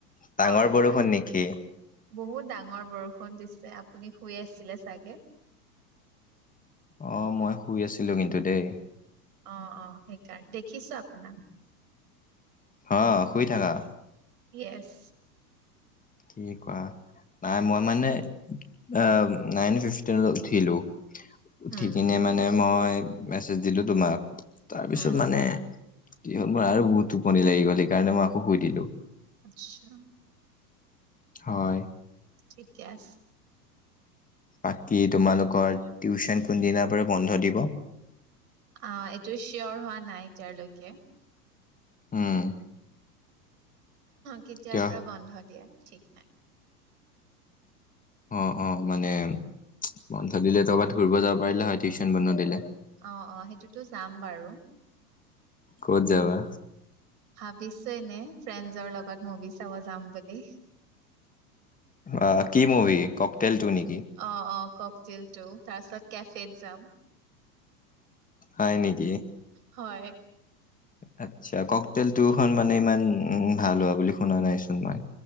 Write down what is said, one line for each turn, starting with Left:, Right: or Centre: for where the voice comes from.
Left: ডাঙৰ
Right: হয়
Left: বৰষুণ
Right: হয়
Left: নেকি?
Right: বহুত ডাঙৰ বৰষুণ। দিছে আপুনি শুই আছিলে চাগে
Left: অ মই শুই আছিলো কিন্তু দেই
Right: অ অ সেইকাৰণে দেখিছো আপোনাক
Left: অ শুই থাকা।
Right: য়েছ।
Left: কি কোৱা নাই মই মানে অ নাইন ফিভতীত উঠিলোঁ। উঠি
Right: উম
Left: কিনে মানে মই মেছেজ দিলো তোমাক তাৰপিছত
Right: উম
Left: মানে কি হল মোৰ আৰু বহুত টোপনি লাগি গ'ল সেইকাৰণে মই আকৌ শুই দিলো।
Right: আচ্ছা।
Left: হয়।
Right: ঠিকে আছে।
Left: বাকী তোমালোকৰ টিউচন কোনদিনাৰ পৰা বন্ধ দিব?
Right: অ এইটো চিয়ৰ হোৱা নাই এতিয়ালৈকে।
Left: উম-
Right: কেতিয়াৰ
Left: কিয়
Right: পৰা বন্ধ দিয়া ঠিক নাই।
Left: অ অ মানে বন্ধ দিলে ক'বাত ফুৰিব যাব পাৰিলে হয় টিউশচন বন্ধ দিলে?
Right: অ অ সেইটোতো যাম বাৰু।
Left: ক'ত যাবা?
Right: ভাবিছো এনে ফ্ৰেণ্ডছৰ লগত মুভি চাব যাম বুলি।
Left: আহ কি মুভি ককটেল টু নেকি?
Right: অ অ ককটিলটো তাৰপিছত কেফেত যাম।
Left: হয় নেকি?
Right: হয়
Left: আচ্ছা ককতেল খন মানে ইমান উ ভাল হোৱা বুলি শুনা নাইচোন মই।